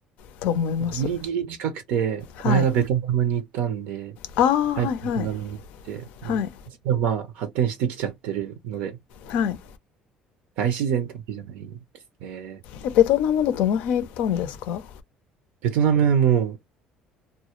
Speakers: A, on the left (about 75°); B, on the right (about 80°).
A: と思います
B: ギリギリ近くて、この間ベトナムに行ったんで、
A: はいああはいはい
B: はい、ベトナムに行って、まあ、
A: はい
B: それはまあ発展してきちゃってるので、
A: はい
B: 大自然ってわけじゃないですね。
A: えベトナムのどの辺行ったんですか
B: ベトナムも